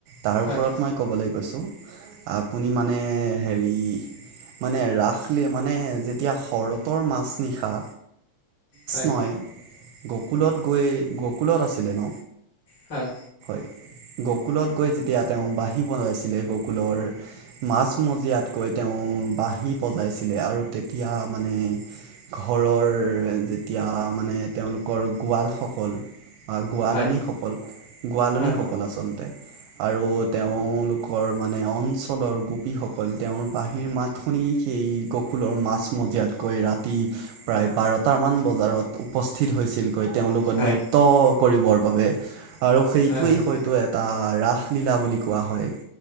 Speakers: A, on the right; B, on the left.
A: তাৰ
B: হয়
A: ওপৰত মই ক'বলৈ কৈছোঁ আপুনি মানে হেৰি। মানে ৰাস ল মানে যেতিয়া শৰতৰ মাছ নিশা।
B: হয়
A: নয় গকুলত গৈ গকুলত আছিলে ন
B: হয়।
A: <unintelligible> গকুলত গৈ যেতিয়া তেওঁ বাঁহি বনাইছিলে গকুলৰ মাজমজিয়াত গৈ তেওঁ। বাঁহী পজাইছিলে আৰু তেতিয়া মানে ঘৰৰ এতিয়া মানে তেওঁলোকৰ গোৱালসকল। আহ গোৱালনী
B: হয়
A: সকল গোৱালনীসকল
B: হয়
A: আচলতে আৰু তেওঁলোকৰ মানে অঞ্চলৰ গোপীসকল তেওঁৰ বাঁহীৰ মাত শুনি সেই ককুলৰ মাছ মজিয়াতকৈ ৰাতি প্ৰায় বাৰট মান বজাত- বজাৰত উপস্থিত হৈছিল গৈ তেওঁলোকক
B: হয়
A: নৃত্য কৰিবৰ বাবে। আৰু সেইটোৱেই
B: হয় হয়
A: হয়তো এটা ৰাসলীলা বুলি কোৱা হয়।